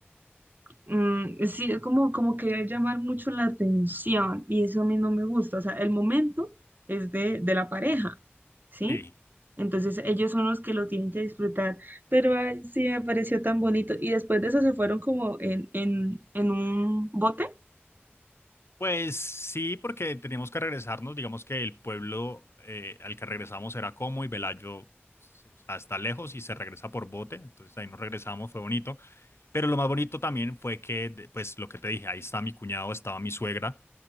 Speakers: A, on the right; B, on the left.
A: Mm, sí, es como, como querer llamar mucho la atención y eso a mí no me gusta. O sea, el momento es de, de la pareja, ¿sí?
B: Sí.
A: Entonces ellos son los que lo tienen que disfrutar. Pero ay, sí, me pareció tan bonito. Y después de eso se fueron como en, en, en un bote.
B: Pues sí, porque teníamos que regresarnos. Digamos que el pueblo eh, al que regresamos era Como y Velayo se- o sea, está lejos y se regresa por bote. Entonces ahí nos regresamos, fue bonito. Pero lo más bonito también fue que, de- pues lo que te dije, ahí está mi cuñado, estaba mi suegra